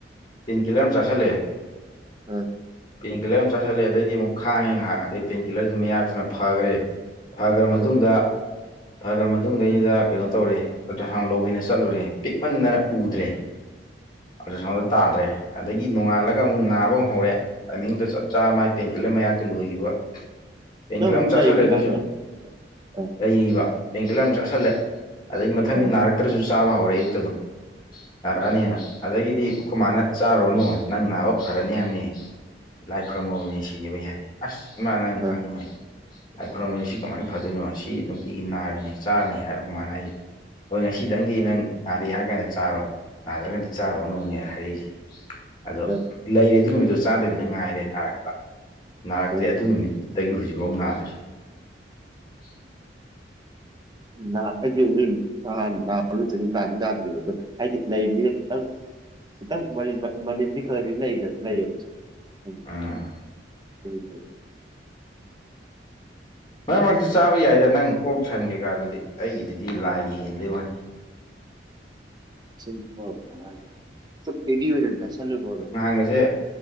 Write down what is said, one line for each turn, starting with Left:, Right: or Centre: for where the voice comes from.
Left: ꯄꯦꯟ ꯀꯤꯂꯔ ꯑꯃ ꯆꯥꯁꯜꯂꯛꯑꯦ
Right: ꯎꯝ
Left: ꯄꯦꯟ ꯀꯤꯂꯔ ꯑꯃ ꯆꯥꯁꯜꯂꯑꯦ ꯑꯗꯩꯗꯤ ꯑꯃꯨꯛ ꯈꯥꯡꯉꯦ ꯉꯥꯏꯍꯥꯛ ꯑꯗꯩ ꯄꯦꯟꯀꯤꯜꯂꯔꯗꯨ ꯃꯌꯥꯛꯇꯨꯅ ꯐꯈ꯭ꯔꯦ ꯐꯈ꯭ꯔ ꯃꯇꯨꯡꯗ
Right: ꯎꯝ
Left: ꯐꯈ꯭ꯔ ꯃꯇꯨꯡꯗꯩꯗ ꯀꯩꯅꯣ ꯇꯧꯔꯦ ꯑꯜꯇ꯭ꯔ ꯁꯥꯎꯟ ꯂꯧꯒꯦꯅ ꯆꯠꯂꯨꯔꯦ ꯄꯤꯛꯃꯟꯗꯅ ꯎꯗ꯭ꯔꯦ
Right: ꯎꯝ
Left: ꯑꯜꯇ꯭ꯔꯁꯥꯎꯟꯗ ꯇꯥꯗ꯭ꯔꯦ ꯑꯗꯒꯤ ꯅꯣꯡꯉꯥꯜꯂꯒ
Right: ꯎꯝ
Left: ꯑꯃꯨꯛ ꯅꯥꯕ ꯑꯃꯨ ꯍꯧꯔꯦ ꯇꯥꯏꯃꯤꯡꯗ ꯆꯞ ꯆꯥ ꯃꯥꯥꯏ ꯄꯦꯡꯀꯤꯜ ꯑꯃ ꯃꯌꯥꯛꯇ ꯂꯣꯏꯈꯤꯕ ꯄꯦꯡꯀꯤꯜ
Right: ꯅꯪ ꯍꯧꯖꯤꯛ
Left: ꯑꯃꯛ ꯆꯥꯥꯁꯜꯂꯦ
Right: ꯂꯩꯔꯤꯕ
Left: ꯑꯗꯨꯁꯨ
Right: ꯖꯥꯠꯔꯣ ꯎꯝ
Left: ꯂꯩꯕ ꯄꯦꯡꯀꯜ ꯑꯃꯨꯛ ꯆꯥꯁꯤꯜꯂꯦ ꯑꯗꯒꯤ ꯃꯊꯪꯗꯤ
Right: ꯎꯝ ꯎꯝ
Left: ꯅꯥꯔꯛ ꯅꯥꯇ꯭ꯔꯁꯨ ꯆꯥꯕ ꯍꯧꯔꯛꯑꯦ ꯑꯨꯛꯇ ꯑꯗꯨꯝ ꯅꯥꯔꯛꯑꯅꯤꯅ ꯑꯗꯒꯤꯗꯤ ꯈꫭ ꯃꯥꯅ ꯆꯥꯔꯨꯅꯨ ꯅꯪ ꯅꯥꯕ ꯐꯔꯅꯤ ꯍꯥꯏꯕꯅꯤ ꯂꯥꯏ ꯈꯨꯣꯏꯔꯝꯃꯕꯅꯦ ꯁꯤꯅꯦꯕ ꯑꯩ ꯍꯥꯏꯁꯦ ꯑꯁ ꯏꯃꯥ ꯅꯪ
Right: ꯎꯝ
Left: ꯈꯪꯉꯣꯏ ꯂꯥꯏ ꯈꯨꯣꯏꯔꯨꯝꯕꯁꯤ ꯁꯤ ꯀꯃꯥꯏꯅ ꯐꯗꯣꯏꯅꯣ ꯁꯤ ꯅꯨꯡꯇꯤꯒꯤ ꯅꯥꯔꯤꯅꯤ ꯆꯥꯔꯅꯤ ꯍꯥꯏꯔ ꯑꯩꯈꯃꯥꯏꯅ ꯍꯥꯏꯁꯦ ꯍꯣꯏ ꯉꯁꯤꯗꯪꯗꯤ ꯅꯪ ꯅꯥꯔꯦ ꯍꯥꯏꯔ ꯀꯥꯟꯗ ꯆꯥꯔꯣ ꯅꯥꯗ꯭ꯔꯒꯗꯤ ꯆꯥꯔꯨꯔꯅꯨꯅꯦ ꯍꯥꯏꯔꯤꯛꯁꯦ ꯑꯗꯣ
Right: ꯎꯝ
Left: ꯂꯩꯔꯦ ꯑꯗꯨ ꯅꯨꯃꯤꯠꯇꯣ ꯆꯥꯗꯕꯤꯗ ꯉꯥꯏꯔꯦ ꯅꯔ ꯅꯥꯔꯛꯇꯦ
Right: ꯎꯝ ꯎꯝ
Left: ꯑꯗꯨ ꯅꯨꯃꯤꯠꯇꯒꯤ ꯍꯧꯖꯤꯛꯐꯥꯎ ꯅꯥꯗ꯭ꯔꯤ <unintelligible>
Right: ꯍ ꯑꯩꯁꯦ ꯑꯗꯨꯝ ꯅꯍꯥꯟ ꯅꯍꯝ ꯆꯅꯤꯝ ꯇꯗ꯭ꯔꯤꯕ ꯑꯗꯣ ꯍꯥꯏꯗꯤ ꯂꯩ ꯃꯤꯅ ꯈꯤꯇꯪ ꯈꯤꯇꯪ ꯃꯗꯤ ꯈꯔꯗꯤ ꯂꯩꯗꯅ ꯂꯩꯌꯦꯕ ꯑꯗꯨ
Left: ꯎꯝ
Right: ꯑꯣꯏꯦ
Left: ꯃꯔꯛ ꯃꯔꯛꯇ ꯆꯥꯕ ꯌꯥꯏꯗ ꯅꯪ ꯑꯣꯛ ꯁꯟꯒꯦ ꯀꯥ ꯑꯗꯨꯗꯤ ꯑꯩꯒꯤꯗꯨꯗꯤ ꯂꯥꯏꯒꯤ ꯍꯦꯟꯕꯩ ꯋꯥꯅꯤ
Right: ꯁꯨ ꯍꯗꯤ ꯑꯣꯏꯣꯏꯗ ꯆꯁꯂ ꯍꯣꯗ
Left: ꯑꯍꯥꯡꯒꯁꯦ